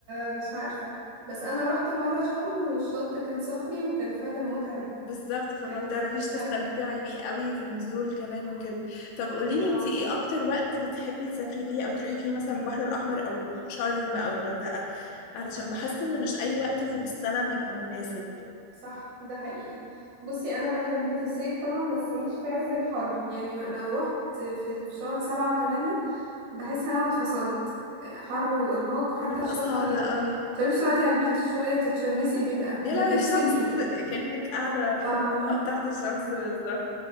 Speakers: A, on the right; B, on the left.
A: مش عارفة بس انا رحت مرة شرم والشط كان صخري وكان فعلا متعب
B: بالظبط فما
A: كان
B: بتعرفيش
A: مش
B: تستمتعي
A: حلو
B: بيه قوي في النزول كمان وكده طب قوليلي
A: اه
B: انتي ايه اكتر وقت بتحبي تسافري فيه او تروحي فيه مثلا البحر الاحمر او شرم او الغردقة علشان بحس ان مش اي وقت في السنة بيبقى مناسب
A: صح ده حقيقي بصي انا بحب في الصيف طبعا بس مش في عز الحر يعني ما- لو رحت في في شهر سبعة وثمانية بحس ان انا اتفصلت حر وارهاق حتى
B: بيبقى
A: الشط
B: صعب قوي
A: تروحي تقعدي على البيتش شوية تتشمسي بيبقى
B: يا
A: بتتسلقي
B: لهوي الشمس كأنك قاعدة
A: اه
B: <laughs>
A: <laughs>
B: تحت الشمس بالظبط